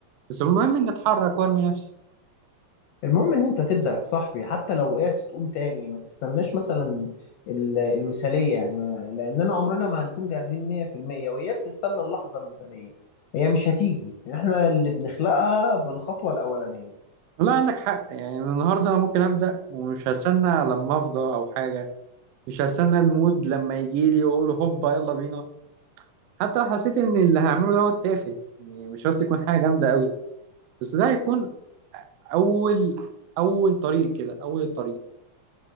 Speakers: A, on the right; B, on the left.
A: بس المهم اني اتحرك وارمي نفسي
B: المهم ان انت تبدأ يا صاحبي حتى لو وقعت تقوم تاني ما تستناش مثلا ال- المثالية يعني ما- لاننا عمرنا ما هنكون جاهزين 100% وإياك تستنى اللحظة المثالية هي مش هتيجي احنا اللي بنخلقها بالخطوة الأولانية
A: لا عندك حق يعني من النهارده انا ممكن ابدا ومش هستنى لما افضى او حاجه مش هستنى المود لما يجي لي واقول هوبا يلا بينا حتى لو حسيت ان اللي هعمله دوت تافه يعني مش شرط يكون حاجه جامده قوي بس ده هيكون اول اول طريق كده اول الطريق